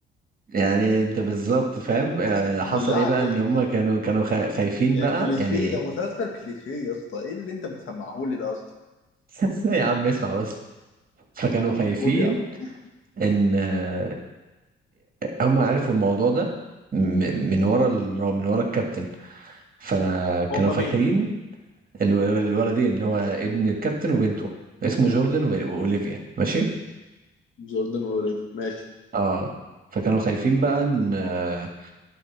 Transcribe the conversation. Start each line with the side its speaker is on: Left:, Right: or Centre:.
Right: يعني انت بالظبط فاهم آه، حصل
Left: بالله
Right: ايه
Left: عليك
Right: بقى ان هم كانوا كانوا خا- خايفين
Left: يا
Right: بقى
Left: كليشيه
Right: يعني
Left: ده مسلسل كليشيه يا اسطى ايه اللي انت بتسمعه لي ده يا اسطى
Right: <laughs> يا عم اسمع بس فكانوا خايفين
Left: قول يا عم
Right: ان آه، هم عرفوا الموضوع ده م- من ورا ال... من ورا الكابتن فكانوا
Left: هم
Right: فاكرين
Left: مين
Right: الو- الولدين اللي هو ابن الكابتن وبنته اسمه جوردن و- واوليفيا ماشي
Left: جوردن وريدي ماشي
Right: اه فكانوا خايفين بقى ان آه،